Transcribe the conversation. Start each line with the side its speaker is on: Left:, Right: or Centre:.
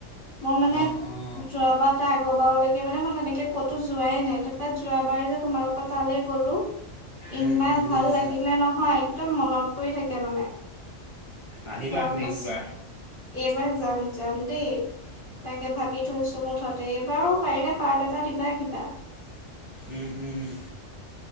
Left: মোৰ মানে
Right: অ', অ',
Left: যোৱাবাৰ তাৰ আগৰবাৰ লৈকে মানে মই তেনেকে ক'তো যোৱাই নাই, তাৰ তাত যোৱাবাৰ যে তোমালোক <unintelligible> তালৈ গ'লো,
Right: উম,
Left: ইমান
Right: উম, বুজিছোঁ।
Left: ভাল লাগিলে নহয় একদম মনত পৰি থাকে মানে।
Right: আহিবা
Left: তাৰ
Right: নেক্সট
Left: পাছ
Right: বাৰ।
Left: এইবাৰ যাম যাম দেই। তাকে ভাবি থৈছো মুঠতে, এইবাৰো পাৰিলে পাৰ্ট এটা দিবা কিবা।
Right: উম উম উম।